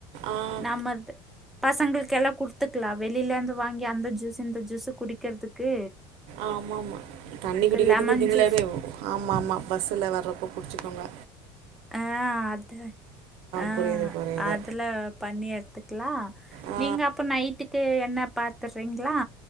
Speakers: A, on the right; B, in the centre.
A: ஆ
B: நம்மல்து பசங்குள்க்கு எல்லா குத்துக்கலா வெளிலனு வாங்கி அந்த ஜூஸு இந்த ஜூஸு குடிக்கர்துக்கு
A: ஆமா ஆமா தண்ணி குடிக்கிறதுக்கு
B: லெமன்
A: திங்களாவே
B: ஜூஸ்
A: ஆமா ஆமா பஸ்ஸுல வர்றப்போ குட்ச்சிக்கோங்க
B: அ அத அ
A: புரியுது புரியுது
B: அதுல பண்ணி எட் த்துக்கலா
A: ஆ
B: நீங்க அப்ப நைட்டுக்கு என்ன பாத்துடுறீங்களா